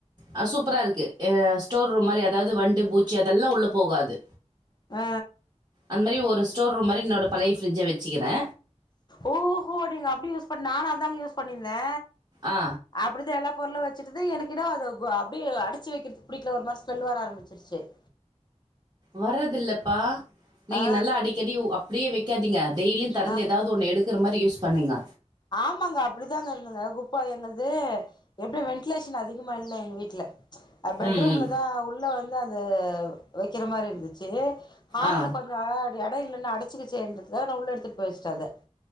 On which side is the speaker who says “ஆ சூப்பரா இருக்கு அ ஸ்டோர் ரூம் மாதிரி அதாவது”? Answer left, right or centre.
Right